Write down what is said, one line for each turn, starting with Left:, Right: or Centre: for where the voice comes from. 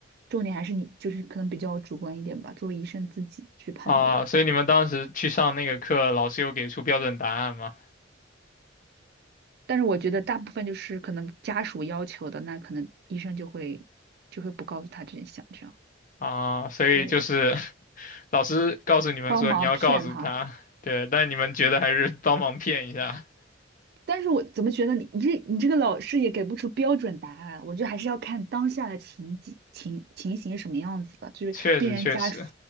Right: 重点还是你就是可能比较主观一点吧，作为医生自己去判断。
Left: 啊，所以你们当时去上那个课，老师有给出标准答案吗？
Right: 但是我觉得大部分就是可能家属要求的，那可能医生就会就会不告诉他真相，这样
Left: 啊，所以就是
Right: 对，
Left: 老师告诉你们说你要告诉他，
Right: 帮忙骗他。
Left: <laughs> 对，但你们觉得还是帮忙骗一下，
Right: 但是我怎么觉得你你这你这个老师也给不出标准答案，我觉得还是要看当下的情景情情形是什么样子的，就是病人家属
Left: 确实确实